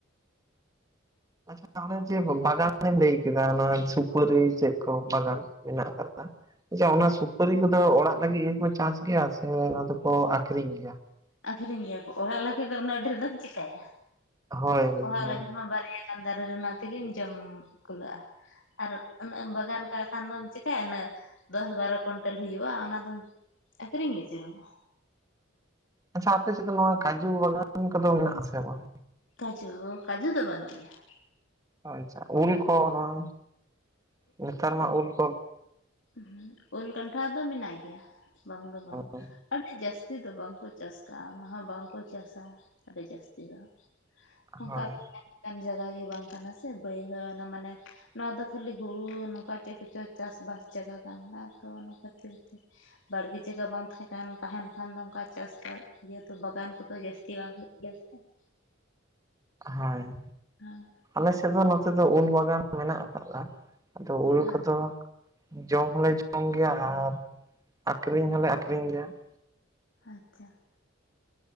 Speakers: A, on the right; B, on the left.
A: ᱟᱪᱪᱷᱟ ᱚᱱᱮ ᱡᱮ ᱵᱟᱜᱟᱱᱮᱢ ᱞᱟᱹᱭ ᱠᱮᱫᱟ ᱚᱱᱟ ᱥᱩᱯᱟᱹᱨᱤ ᱪᱮᱫ ᱠᱚ ᱵᱟᱜᱟᱱ ᱢᱮᱱᱟᱜ ᱟᱠᱟᱫᱟᱫᱟ ᱟᱪᱪᱷᱟ ᱚᱱᱟ ᱥᱩᱯᱟᱹᱨᱤ ᱠᱚᱫᱚ ᱚᱲᱟᱜ ᱞᱟᱹᱜᱤᱫ ᱜᱮᱠᱚ ᱪᱟᱥ ᱜᱮᱭᱟ ᱥᱮ ᱚᱱᱟ ᱫᱚᱠᱚ ᱟᱠᱷᱨᱤᱧ ᱜᱮᱭᱟ?
B: ᱟᱠᱷᱨᱤᱧ ᱜᱮᱭᱟ ᱠᱚ ᱚᱲᱟᱜ ᱞᱟᱹᱜᱤᱫ ᱫᱚ ᱩᱱᱟᱹᱜ ᱰᱷᱮᱨ ᱫᱚᱢ ᱪᱤᱠᱟᱭᱟ
A: ᱦᱳᱭ
B: ᱚᱲᱟᱜ
A: ᱦᱳᱭ
B: ᱞᱟᱹᱜᱤᱫ ᱢᱟ ᱵᱟᱨᱭᱟ ᱠᱟᱱ ᱫᱟᱨᱮ ᱨᱮᱱᱟᱜ ᱛᱮᱜᱮᱢ ᱡᱚᱢ ᱠᱩᱞᱟᱹᱜᱼᱟ ᱾ ᱟᱨ ᱩᱱᱟᱹᱜ ᱮᱢ ᱵᱟᱜᱟᱱ ᱠᱟᱜ ᱠᱷᱟᱱ ᱫᱚᱢ ᱪᱮᱤᱠᱟᱹᱭᱟ ᱩᱱᱟᱹᱜ? ᱫᱚᱥ ᱵᱟᱨᱚ ᱠᱳᱱᱴᱟᱹᱞ ᱦᱩᱭᱩᱜᱼᱟ ᱚᱱᱟᱫᱚᱢ ᱟᱹᱠᱷᱨᱤᱧ ᱜᱮ ᱡᱟᱹᱨᱚᱜᱼᱟ ᱾
A: ᱟᱪᱪᱷᱟ ᱟᱯᱮ ᱥᱮᱫ ᱫᱚ ᱱᱚᱣᱟ ᱠᱟᱡᱩ ᱵᱟᱜᱟᱱ ᱠᱚᱫᱚ ᱢᱮᱱᱟᱜ ᱟᱥᱮ ᱵᱟᱝ?
B: ᱠᱟᱡᱩ ᱠᱟᱡᱩ ᱫᱚ ᱵᱟᱹᱱᱩᱜ ᱜᱮᱭᱟ ᱾
A: ᱟᱪᱪᱷᱟ ᱩᱞ ᱠᱚ ᱱᱚᱣᱟ ᱱᱮᱛᱟᱨ ᱢᱟ ᱩᱞ ᱠᱚ
B: ᱦᱩᱸ ᱩᱞ ᱠᱟᱱᱴᱷᱟᱲ ᱫᱚ ᱢᱮᱱᱟᱜ ᱜᱮᱭᱟ ᱵᱟᱝ ᱫᱚ ᱵᱟᱝ
A: ᱦᱳᱭ
B: ᱾ ᱟᱹᱰᱤ ᱡᱟᱹᱥᱛᱤ ᱫᱚ ᱵᱟᱝᱠᱚ ᱪᱟᱥ ᱠᱟᱜᱼᱟ ᱚᱱᱟ ᱦᱚᱸ ᱵᱟᱝᱠᱚ ᱪᱟᱥᱟ ᱟᱹᱰᱤ ᱡᱟᱹᱥᱛᱤ ᱫᱚ ᱾ ᱚᱱᱠᱟ
A: ᱦᱳᱭ
B: ᱞᱮᱠᱟᱱ ᱡᱟᱭᱜᱟ ᱜᱮ ᱵᱟᱝ ᱠᱟᱱᱟ ᱥᱮ ᱵᱟᱹᱭᱦᱟᱹᱲ ᱢᱟᱱᱮ ᱱᱚᱣᱟ ᱫᱚ ᱠᱷᱟᱹᱞᱤ ᱦᱩᱲᱩ ᱱᱚᱝᱠᱟ ᱪᱮᱫ ᱠᱚᱪᱚ ᱪᱟᱥᱵᱟᱥ ᱡᱟᱭᱜᱟ ᱠᱟᱱ ᱫᱚ ᱛᱚ ᱚᱱᱟ ᱠᱷᱟᱹᱛᱤᱨ ᱛᱮ ᱾ ᱵᱟᱲᱜᱮ ᱡᱟᱭᱜᱟ ᱵᱟᱝ ᱛᱟᱦᱮᱸᱠᱟᱱ ᱛᱟᱦᱮᱱ ᱠᱷᱟᱱ ᱫᱚ ᱚᱱᱠᱟ ᱪᱟᱥᱵᱟᱥ ᱤᱭᱟᱹ ᱫᱚ ᱵᱟᱜᱟᱱ ᱠᱚᱫᱚ ᱡᱟᱹᱥᱛᱤ ᱵᱟᱝ ᱦᱩᱭᱩᱜ ᱜᱮᱭᱟ ᱥᱮ ᱾
A: ᱦᱳᱭ
B: ᱦᱮᱸ
A: ᱟᱞᱮ ᱥᱮᱫ ᱫᱚ ᱱᱚᱛᱮ ᱫᱚ ᱩᱞ ᱵᱟᱜᱟᱱ ᱢᱮᱱᱟᱜ ᱟᱠᱟᱫᱟ ᱟᱫᱚ ᱩᱞ
B: ᱦᱮᱸ
A: ᱠᱚᱫᱚ ᱡᱚᱢ ᱦᱚᱞᱮ ᱡᱚᱢ ᱜᱮᱭᱟ ᱟᱨ ᱟᱠᱷᱨᱤᱧ ᱦᱚᱞᱮ ᱟᱠᱷᱨᱤᱧ ᱜᱮᱭᱟ ᱾
B: ᱟᱪᱪᱷᱟ